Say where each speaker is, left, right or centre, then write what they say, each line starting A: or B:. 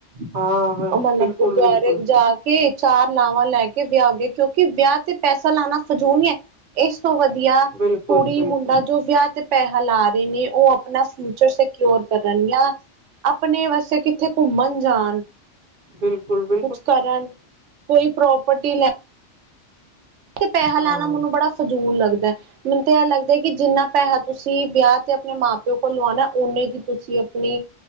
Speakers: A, on the right; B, on the right.
A: ਹਾਂ ਮੈਂ
B: ਓ ਮਤਲਬ
A: ਬਿਲਕੁਲ
B: ਗੁਰਦੁਆਰੇ
A: ਬਿਲਕੁਲ
B: ਜਾ ਕੇ ਕੇ ਚਾਰ ਲਾਵਾਂ ਲੈ ਕੇ ਵਿਆਹ ਹੋ ਗਏ, ਕਿਉਂਕਿ ਵਿਆਹ ਤੇ ਪੈਸਾ ਲਾਣਾ ਫਜੂਲ ਇ ਐ। ਏਸ ਤੋਂ ਵਧੀਆ
A: ਬਿਲਕੁਲ
B: ਕੁੜੀ-ਮੁੰਡਾ
A: ਬਿਲਕੁਲ
B: ਜੋ ਵਿਆਹ ਤੇ ਪੈਸਾ ਲਾ ਰਹੇ ਨੇ ਓਹ ਆਪਣਾ ਫਿਊਚਰ ਸਿਕਓਰ ਕਰਨ ਯਾ ਆਪਣੇ ਵਾਸਤੇ ਕਿੱਥੇ ਘੁੰਮਣ ਜਾਣ।
A: ਬਿਲਕੁਲ ਬਿ
B: ਕੁਛ ਕਰਨ, ਕੋਈ ਪ੍ਰੋਪਰਟੀ ਲੈ ਤੇ ਪੈਹਾ
A: ਹਾਂ
B: ਲਾਣਾ ਮੈਨੂੰ ਬੜਾ ਫਜੂਲ ਲੱਗਦੈ। ਮੈਨੂੰ ਤਾਂ ਏਹ ਲੱਗਦਾ ਕਿ ਜਿੰਨਾ ਪੈਹਾ ਤੁਸੀਂ ਵਿਆਹ ਤੇ ਆਪਣੇ ਮਾਂ-ਪਓ ਕੋਲ ਲਵਾਣੈ, ਓਨੇ ਦੀ ਤੁਸੀਂ ਆਪਣੀ